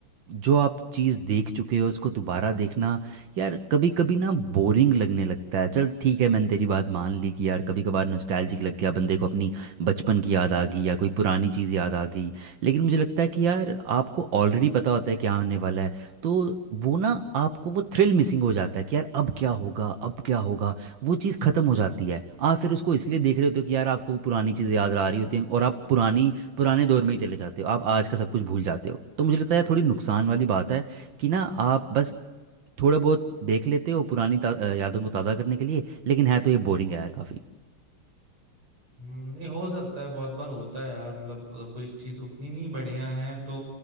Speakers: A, on the right (about 65°); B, on the right (about 80°).
A: जो आप चीज़ देख चुके हो उसको दोबारा देखना यार कभी कभी ना बोरिंग लगने लगता है चल ठीक है मैंने तेरी बात मान ली कि यार कभी कभार नॉस्टैल्जिक लग गया बंदे को अपनी बचपन की याद आ गई या कोई पुरानी चीज़ याद आ गई लेकिन मुझे लगता है कि यार आपको ऑलरेडी पता होता है क्या होने वाला है तो वो ना आपको वो थ्रिल मिसिंग हो जाता है कि यार अब क्या होगा अब क्या होगा वो चीज़ ख़त्म हो जाती है आप फिर उसको इसलिए देख रहे होते हो कि यार आपको वो पुरानी चीज़ें याद आ रही होती हैं और आप पुरानी पुराने दौर में ही चले जाते हो आप आज का सब कुछ भूल जाते हो तो मुझे लगता है थोड़ी नुकसान वाली बात है कि ना आप बस थोड़ा बहुत देख लेते हो पुरानी ता- अ, यादों को ताज़ा करने के लिए लेकिन है तो ये बोरिंग है यार काफ़ी
B: हम्म, नहीं हो सकता है बहुत बार होता है यार मतलब अगर कोई चीज उतनी नहीं बढ़िया है तो